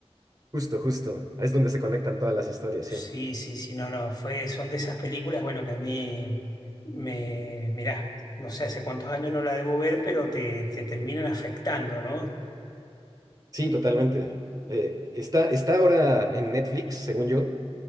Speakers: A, on the right (about 35°); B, on the left (about 40°).
A: Justo, justo. Ahí Es donde se conectan todas las historias,
B: Sí,
A: sí.
B: sí, sí, no, no, fue, son de esas películas, bueno, que a mí me, mirá, no sé hace cuántos años no la debo ver, pero te, te terminan afectando, ¿no?
A: Sí, totalmente. Eh, está, está ahora en Netflix, según yo.